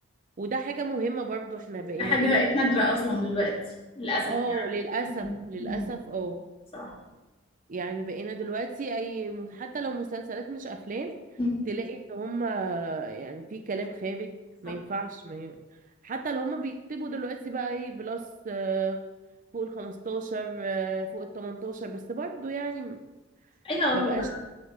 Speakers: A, on the right; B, on the left.
A: وده حاجه مهمه برضو احنا بقينا
B: ده حاجة
A: ايه
B: نادرة اصلا دلوقتي للاسف
A: اه
B: يعني
A: للاسف للاسف
B: مم.
A: اه
B: صح
A: يعني بقينا دلوقتي اي م- حتى لو مسلسلات مش افلام
B: مم.
A: تلاقي ان هم يعني في كلام خارج ما
B: صح
A: ينفعش ما ي... حتى لو هم بيكتبوا دلوقتي بقى ايه بلس آه، فوق ال 15 آه، فوق ال 18 بس برضو يعني
B: ايوه
A: ما
B: هو
A: بقاش